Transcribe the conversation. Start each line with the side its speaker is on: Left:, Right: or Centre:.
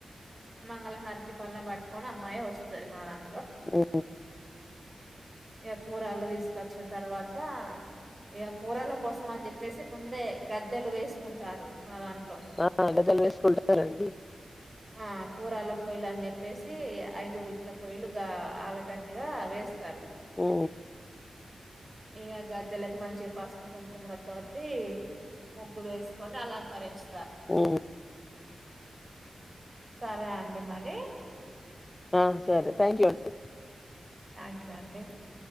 Right: మంగళహారతి పళ్ళం పట్టుకొని అమ్మాయి వస్తుం సరి మా దాం
Left: ఓ
Right: ఇగ కుర్రాళ్ళు తీసుకొచ్చిన తర్వాత ఇగ కూరాల కోసం అని చెప్పేసి ముందే గద్దెలు వేసుకుంటారు మా దాన్
Left: ఆ గద్దెలు వేసుకుంటారండి
Right: ఆ కూరాల పోయిలాని చెప్ పేసి ఐదువి ఇట్లా పొయ్యలుగా ఆగటట్టుగా వేస్తారు
Left: ఉ
Right: ఇగ గద్దెలకు మంచిగ పసుపు కుంకుమల తోటి ముగ్గులు వేసుకొని అలంకరించ్
Left: ఉ
Right: సరే అండి మరి
Left: ఆ సరే థ్యాంక్ యూ అండి
Right: థ్యాంక్ యూ అండి టే